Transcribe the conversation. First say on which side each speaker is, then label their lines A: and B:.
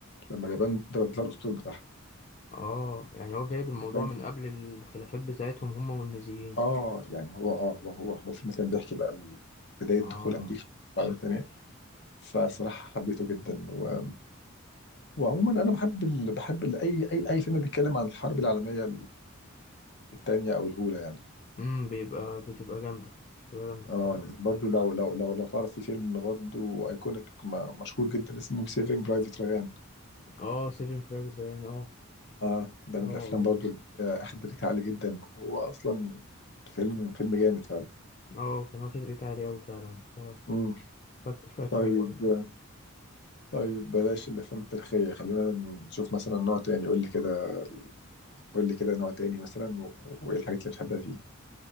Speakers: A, on the left (about 50°); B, on the left (about 35°).
A: لما اليابان ضربت لها الاسطول بتاعها
B: اه يعني هو جايب الموضوع
A: فاهم؟
B: من قبل الخلافات بتاعتهم هما والنازيين
A: اه يعني هو اه هو هو هو الفيلم كان بيحكي بقى ال- بدايه
B: اه
A: دخول امريكا الحرب العالميه الثانيه فصراحه حبيته جدا و... وعموما انا بحب ال... بحب ال... اي اي اي فيلم بيتكلم عن الحرب العالميه الثانيه او الاولى يعني
B: امم بيبقى بتبقى جامدة بتبقى جامدة الصراحة
A: اه برضه لو لو لو لو تعرف في فيلم برضه ايكونيك مشهور جدا اسمه سيفنج برايفت ريان
B: اه سيفين برايفت ريان اه
A: اه ده
B: اه
A: من الافلام برضو اللي اخد ريت عالي جدا وهو اصلا فيلم فيلم جامد فعلا
B: اه كان واخد ريت عالي أوي فعلا آه،
A: مم.
B: فاك- فاكره
A: طيب
B: برضه
A: طيب بلاش الافلام التاريخيه خلينا نشوف مثلا نوع تاني قول لي كده قول لي كده نوع تاني مثلا و- وايه الحاجات اللي بتحبها فيه